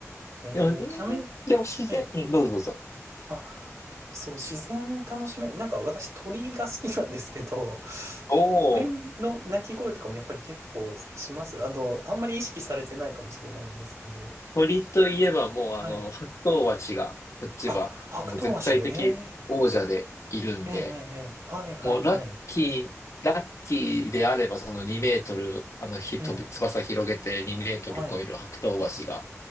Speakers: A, on the right (about 65°); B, on the left (about 65°).
A: えー、
B: でも、うん
A: ちなみに、
B: でも自然、
A: はい。
B: うん、どうぞどうぞ。
A: あ、そう、自然楽しめる。なんか私鳥が好きなんですけど、
B: お
A: 鳥の鳴き声とかもやっぱり結構します。
B: お、
A: あの、あんまり意識されてないかもしれないんですけど。
B: 鳥といえばもう、あの、
A: はい。
B: 白頭鷲が、こっちは、
A: あ、白ク足え
B: もう絶対的王者でいるんで、
A: ー、えー、えーえーはいはいはい。
B: もうラッキー、ラッキーであれば、その2メートル、あの、ひ、
A: ええ
B: 飛び、翼広げて2メートル超える白頭鷲が
A: はい。